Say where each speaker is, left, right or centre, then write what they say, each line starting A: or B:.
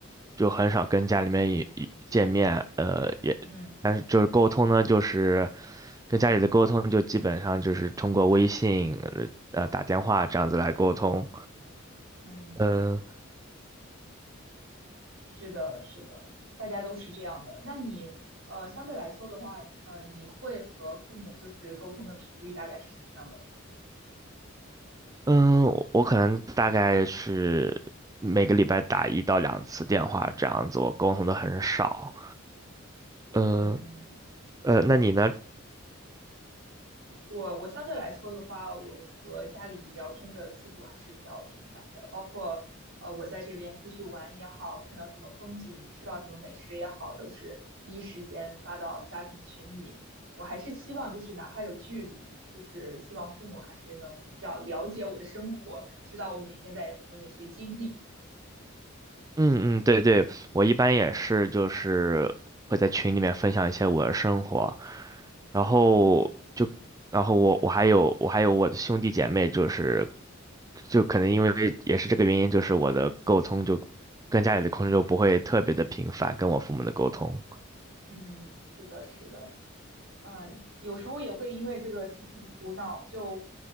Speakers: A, on the right; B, on the right.
A: 就很少跟家里面一一见面，呃，也，
B: 嗯
A: 但是就是沟通呢，就是跟家里的沟通就基本上就是通过微信，呃，呃打电话这样子来沟通，
B: 嗯。
A: 嗯、
B: 是的，是的，大家都是这样的。那你呃，相对来说的话，呃，你会和父母就是沟通的频率大概是什么样的呢？
A: 嗯，我可能大概是每个礼拜打一到两次电话这样子，我沟通的很少。嗯，
B: 嗯，
A: 呃，那你呢？
B: 我我相对来说的话，我和家里聊天的次数还是比较频繁的，包括呃我在这边出去玩也好，看到什么风景，吃到什么美食也好，都是第一时间发到家庭群里。我还是希望就是哪怕有距离，就是希望父母还是能比较了解我的生活，知道我每天在有哪些经历。
A: 嗯嗯，对对，我一般也是，就是会在群里面分享一些我的生活，然后就，然后我我还有我还有我的兄弟姐妹，就是就可能因为也是这个原因，就是我的沟通就跟家里的沟通就不会特别的频繁，跟我父母的沟通。
B: 嗯，是的，是的。啊、呃有时候也会因为这个事情苦恼，就